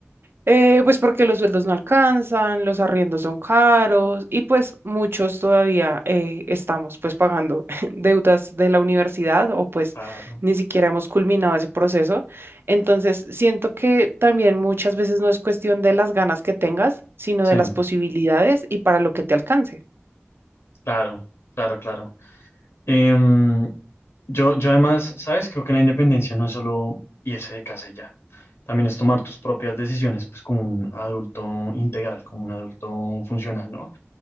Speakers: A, on the right (about 60°); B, on the left (about 75°).
A: Eh, pues porque los sueldos no alcanzan, los arriendos son caros y pues muchos todavía eh, estamos pues pagando <laughs> deudas de la universidad o pues
B: Claro,
A: ni siquiera hemos culminado ese proceso. Entonces siento que también muchas veces no es cuestión de las ganas que tengas, sino
B: sí,
A: de las posibilidades y para lo que te alcance.
B: claro, claro, claro. Em, yo, yo además, ¿sabes? Creo que la independencia no es solo irse de casa y ya. También es tomar tus propias decisiones, pues como un adulto integral, como un adulto funcional, ¿no?